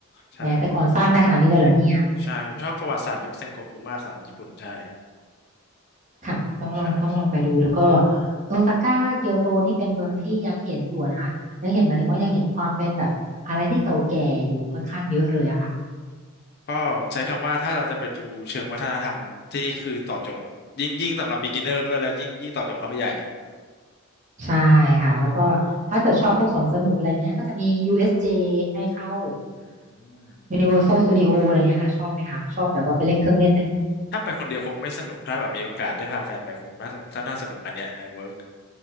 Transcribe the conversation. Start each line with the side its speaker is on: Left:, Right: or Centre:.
Left: ใช่ผม
Right: แหมแต่ก่อนสร้างได้ขนาดนี้เลยเหรอเนี่ยอะไรเงี้ย
Left: ใช่ผมชอบประวัติศาสตร์ยุคเซ็งโกคุมากสำหรับญี่ปุ่นใช่
Right: ค่ะต้องลองต้องลองไปดูแล้วก็
Left: ใช่ใช่
Right: โอซาก้าเกียวโตนี่เป็นเมืองที่ยังเห็นอยู่นะคะยังเห็นหมายถึงว่ายังเห็นความเป็นแบบอะไรที่เก่าแก่อยู่ค่อนข้างเยอะเลยอะค่ะ
Left: อืมก็ใช้คำว่าถ้าเราจะไปดูเชิงวัฒนธรรมที่นี่คือตอบโจทย์ยิ่งยิ่งสำหรับ beginner ด้วยแล้วยิ่งยิ่งตอบโจทย์เข้าไปใหญ่
Right: ใช่ค่ะแล้วก็ถ้าเกิดชอบพวกสวนสนุกอะไรเงี้ยก็จะมี
Left: อืม
Right: USJ ให้เข้า
Left: อืม
Right: Universal Studio อะไรเงี้ยค่ะชอบไหมคะชอบแบบว่าไปเล่นเครื่องเล่นไหม
Left: อืมถ้าไปคนเดียวคงไม่สนุกถ้าแบบมีโอกาสได้พาแฟนไปคงน่าสนน่าสนุกอันเนี้ยในเวิร์ก